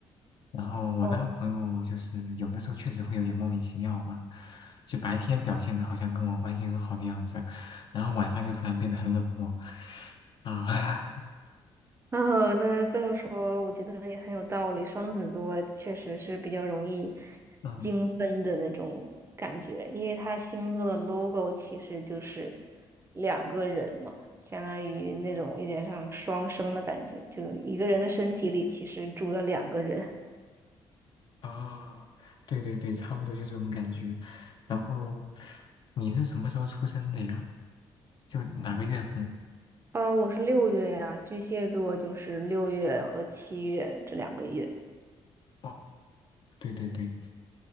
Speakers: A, on the left (about 50°); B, on the right (about 25°).
A: 然后我那个朋友就是有的时候确实会有点莫名其妙吧，
B: 哦。
A: 就白天表现的好像跟我关系很好的样子，然后晚上就突然变得很冷漠啊，
B: <laughs> 哦，那这么说，我觉得也很有道理。双子座确实是比较容易
A: <laughs> 嗯。
B: 精分的那种感觉，因为它星座的 logo 其实就是两个人嘛，相当于那种有点像双生的感觉，就一个人的身体里其实住了两个人。
A: 啊，对对对，差不多就这种感觉。然后你是什么时候出生的呀？就哪个月份？
B: <laughs> 呃，我是六月呀，巨蟹座就是六月和七月这两个月。
A: 哦，对对对。